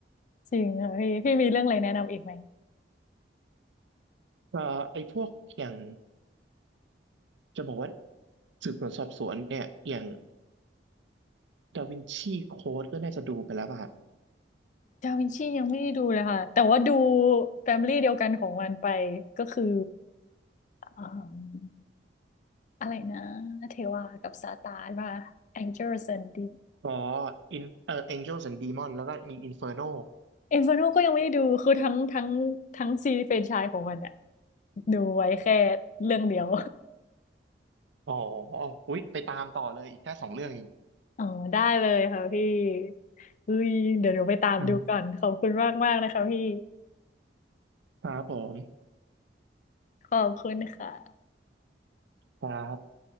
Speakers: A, on the left; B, on the right.
A: จริงเหรอพี่พี่มีเรื่องอะไรแนะนำอีกไหม
B: เอ่อไอ้พวกอย่างจะบอกว่าสืบสวนสอบสวนเนี่ยอย่างดาวินชีโค้ดก็น่าจะดูไปแล้วป่ะครับ
A: ดาวินชียังไม่ได้ดูเลยค่ะแต่ว่าดูแฟมิลี่เดียวกันของมันไปก็คืออ่าอะไรนะเทวากับซาตานว่า Angels and Demons
B: อ๋ออินเอ่อ Angels and d e m o n แล้วก็มี Inferno
A: เอ f น r โนก็ยังไม่ได้ดู คือทั้งทั้งทั้งซีรีส์แฟรนไชส์ของมันอะดูไว้แค่เรื่องเดียว
B: อ๋ออุ๊ยไปตามต่อเลยอีกแค่สองเรื่องเอง
A: <laughs> อ๋อได้เลยค่ะพี่เฮ้ยเดี๋ยวหนูไปตามดูก่อนขอบคุณมากมากนะคะพี่
B: อ่าครับผม
A: ขอบคุณค่ะ
B: ครับ